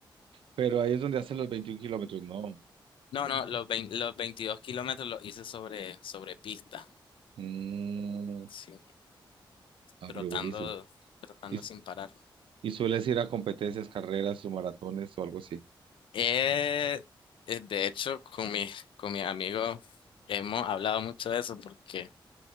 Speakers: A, on the right; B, on the left.
A: Pero ahí es donde hacen los 21 kilómetros, ¿no?
B: No, no, los, vein- los 22 kilómetros los hice sobre, sobre pista,
A: Mm,
B: sí,
A: ah,
B: trotando,
A: pero buenísimo.
B: trotando
A: ¿Y,
B: sin parar.
A: y sueles ir a competencias, carreras o maratones o algo así?
B: Eh, eh, de hecho, con mis, con mis amigos hemos hablado mucho de eso porque